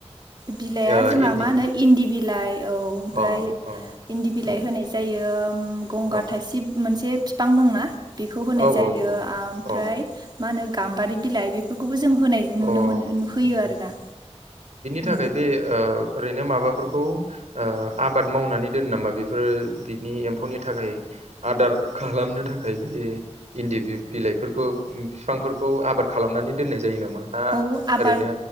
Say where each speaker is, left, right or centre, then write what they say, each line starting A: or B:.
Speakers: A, on the right; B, on the right.
A: बिलाइआ
B: ओ
A: जोंहा
B: इन्दि
A: मा होनो इन्दि बिलाइ औ ओमफ्राय
B: अ अ
A: इन्दि बिलाइ
B: उम
A: होनाय जायो। बियो गंगार
B: औ
A: थाइसिब मोनसे फिफां दंना? बेखौ होनाय
B: औ
A: जायो
B: औ
A: ओमफ्राय
B: औ
A: मा होनो गामबारि बिलाय बेफोरखौ बो जों होनाय
B: अ होम
A: नुनो मोनो होयो
B: होम
A: आरोना। उम
B: थाखाय बे ओ ओ ओरैनो माबाफोरखौ ओ आबाद मावनानै दोनो नामा बेफोर बेनि एम्फौनि थाखाय आदार खालामनो थाखाय बे इन्दि बिलाइफोरखौ बिफांफोरखौ आबाद खालामनानै दोननाय जायो नामा? ना
A: औ आबाद
B: ओरैनो